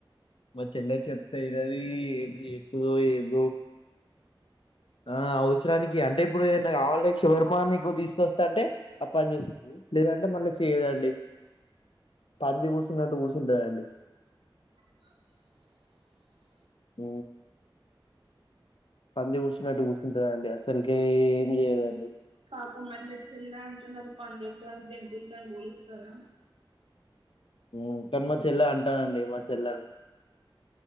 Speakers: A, on the left; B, on the right.
A: మా చెల్లె చెప్తే యినది ఏమి చేత్తదో ఏందో ఆ అవసరానికి అంటే ఇప్పుడు ఏదన్నా కావాల <unintelligible> నీకు తీసుకొస్తా అంటే ఆ పని చేస్తది లేదంటే మళ్ళ చేయ్యదండి పంది కూసున్నట్టు కూసుంటదండీ
B: ఆ
A: ఊ పంది కూసున్నట్టు కూసుంటదండి అసలుకే ఏం చేయ్యదండి
B: పాపం మళ్ళచ్చిందా అంటున్నారు పందులతోని జంతువులతోని పోలుస్తారా
A: ఊ కానీ మా చెల్లె అంటదండి <unintelligible>